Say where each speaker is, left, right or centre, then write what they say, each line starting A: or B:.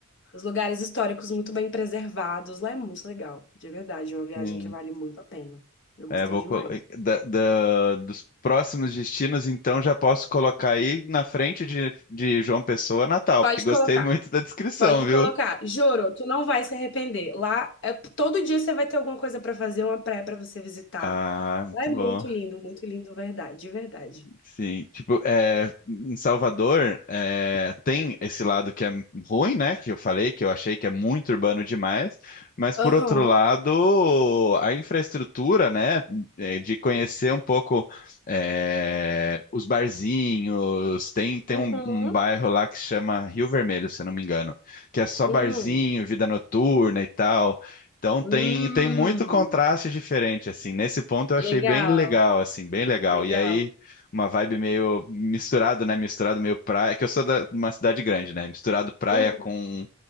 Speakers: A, on the left; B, on the left.
A: os lugares históricos muito bem preservados. Lá é muito legal, de verdade, é uma viagem
B: Sim.
A: que vale muito a pena. Eu
B: É,
A: gostei
B: vou
A: demais.
B: col- da- da- dos próximos destinos, então já posso colocar aí na frente de, de João Pessoa, Natal,
A: Pode
B: porque gostei
A: colocar.
B: muito da descrição,
A: Pode
B: viu?
A: colocar. Juro, tu não vai se arrepender. Lá, é, todo dia você vai ter alguma coisa pra fazer, uma praia pra você visitar.
B: Ah, muito
A: Lá é muito
B: bom.
A: lindo, muito lindo, verdade, de verdade.
B: Sim, tipo, é, em Salvador é, tem esse lado que é ruim, né? Que eu falei, que eu achei que é muito urbano demais, mas por
A: Aham.
B: outro lado, a infraestrutura, né? é, de conhecer um pouco é, os barzinhos, tem, tem
A: Uhum.
B: um, um bairro lá que chama Rio Vermelho, se eu não me engano, que é só
A: Hum.
B: barzinho, vida noturna e tal. Então
A: Hum.
B: tem, tem muito contraste diferente, assim. Nesse ponto eu
A: Legal,
B: achei bem legal, assim, bem legal.
A: legal.
B: E aí uma vibe meio misturado, né? Misturado meio praia. É Que eu sou da- de uma cidade grande, né? Misturado praia
A: Uhum.
B: com